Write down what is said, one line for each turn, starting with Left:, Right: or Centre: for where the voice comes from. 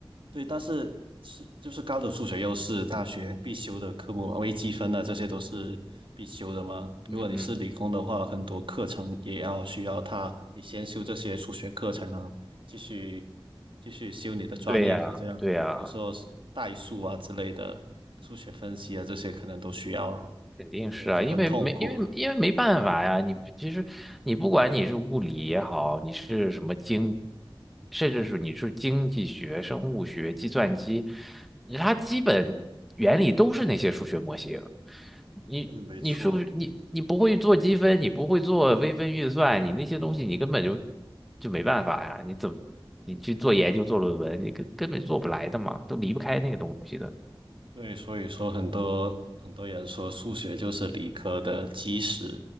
Right: 对，但是是就是高等数学又是大学必修的科目，微积分啊这些都是必修的嘛。
Centre: 嗯嗯，
Right: 如果你是理工的话，很多课程也要需要它，你先修这些数学课才能继续继续修你的专业课。
Centre: 对呀，
Right: 这样，
Centre: 对呀，
Right: 比如说代数啊之类的，数学分析啊这些可能都需要。
Centre: 肯定是啊，
Right: 对，就很痛苦。
Centre: 因为没因为因为没办法呀，你其实你不管你是物理也好，你是什么经，甚至是你是经济学、生物学、计算机，它基本原理都是那些数学模型。你你数学你你不会做积分，
Right: 对，没错。
Centre: 你不会做微分运算，你那些东西你根本就就没办法呀，你怎么你去做研究做论文，你根根本做不来的嘛，都离不开那个东西的。
Right: 对，所以说很多很多人说数学就是理科的基石，